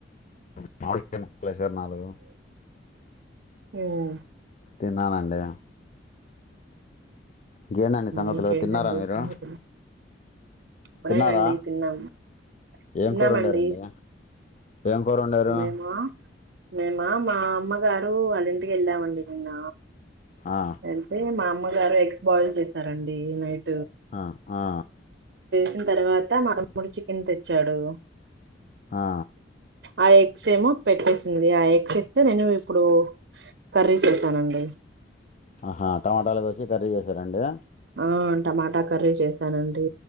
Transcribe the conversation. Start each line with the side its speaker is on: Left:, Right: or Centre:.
Left: <unintelligible> నాలుగు
Right: ఉమ్
Left: తిన్నానండి ఇంకేంటి అండి సంగతులు
Right: ఇంకేంటండి
Left: తిన్నారా మీరు
Right: సంగతులు ఇప్పుడేనండి
Left: తిన్నారా
Right: తిన్నాము
Left: ఏం
Right: తిన్నామండి
Left: కూరా వండరండి ఏం కోరు వండారు
Right: మేమా మేమా మా అమ్మగారు వాళ్ళింటికి వెళ్ళామండి నిన్న
Left: ఆ,
Right: అంటే మా అమ్మగారు ఎ బాయిల్ చేసారండి నైట్
Left: ఆ ఆ
Right: వచ్చిన తర్వాత మా తమ్ముడు చికెన్ తెచ్చాడు
Left: ఆ,
Right: ఆ ఎగ్స్ ఏమో పెట్టేసింది ఆ ఎగ్స్ ఇస్తే నేను ఇప్పుడు కర్రీ చేస్తానండి
Left: హా టమాటాలు కోసి కర్రీ చేసారంండి
Right: ఆ టమాటా కర్రీ చేస్తానండి